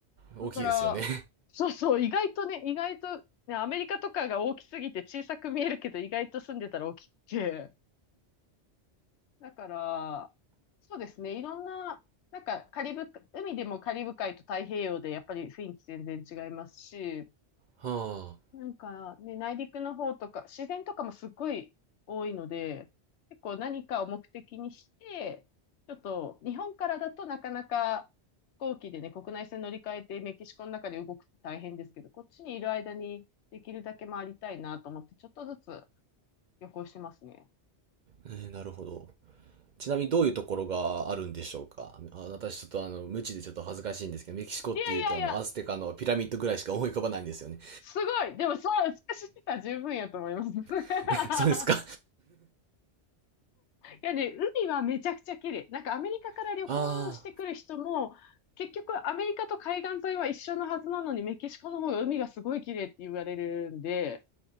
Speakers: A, on the right; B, on the left.
A: 大きいですよね。
B: だから、そうそう、意外とね、意外と、ね、アメリカとかが大きすぎて小さく見えるけど、意外と住んでたら大きくて。だから、そうですね、いろんな、なんかカリブ、海でもカリブ海と太平洋でやっぱり雰囲気全然違いますし、
A: <laughs> はあ。
B: なんかね、内陸の方とか、自然とかもすっごい多いので、結構何かを目的にして、ちょっと日本からだとなかなか飛行機でね、国内線乗り換えてメキシコの中で動くって大変ですけど、こっちにいる間にできるだけ回りたいなと思って、ちょっとずつ旅行してますね。
A: えー、なるほど。ちなみにどういうところがあるんでしょうかあ私ちょっとあの、無知でちょっと恥ずかしいんですけど、メキシコっていうとあの、
B: いやいやいや、
A: アステカのピラミッドぐらいしか思い浮かばないんですよね。
B: すごいでもそれ、私知ってたら十分やと思います。<laughs>
A: <laughs> そうですか
B: いやね、海はめちゃくちゃ綺麗。なんかアメリカから旅行してくる人も、
A: <laughs> あ
B: 結局アメリカと海岸沿いは一緒のはずなのに、メキシコの方が海がすごい綺麗って言われるんで、